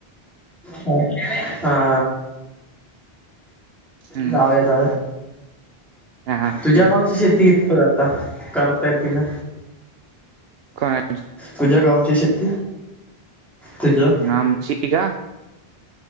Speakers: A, in the centre; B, on the right.
A: ह हा.
B: हम्म.
A: जाऊ जाऊ
B: हा
A: तुझ्या
B: ठीक
A: गावची शेती कितप आता. करता येतीना.
B: काय.
A: तुझ्या गावची शेती. तुझ्या
B: आमची का